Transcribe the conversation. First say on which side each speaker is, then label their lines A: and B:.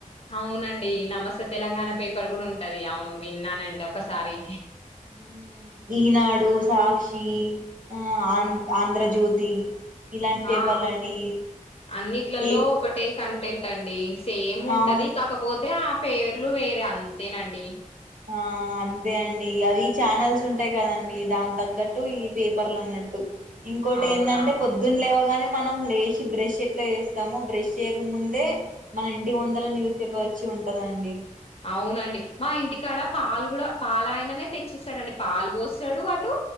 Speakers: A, on the left; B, on the right.
A: అవునండి నమస్తే తెలంగాణ పేపర్ కూడా ఉంటది అవును విన్నానండి ఒకసారి
B: హు ఈనాడు సాక్షి ఆ ఆం ఆంధ్రజ్యోతి ఇలాంటి పేపర్లు
A: ఆ
B: అండి
A: అన్నిట్లలో
B: ఈ
A: ఒకటే కంటెంట్ అండి సేమ్ ఉంటది
B: అవును
A: కాకపోతే ఆ పేవ్ పేర్లు వేరే అంతేనండి
B: ఆ అంతే అండి అవి ఛానల్స్ ఉంటాయి కదండి దాని తగ్గట్టు ఈ పేపర్లు అన్నట్టు ఇంకోటి
A: అవునా
B: ఏందింటే పొద్దున్న లేవగానే మనం లేచి బ్రష్ ఎట్లా చేస్తామో బ్రష్ చేయక ముందే మన ఇంటి ముందల న్యూస్ పేపర్ వచ్చి ఉంటదండి
A: అవునండి మా ఇంటికాడ పాలు కూడా పాల ఆయననే తెచ్చిస్తాడండి పాలు పోస్తాడు అటు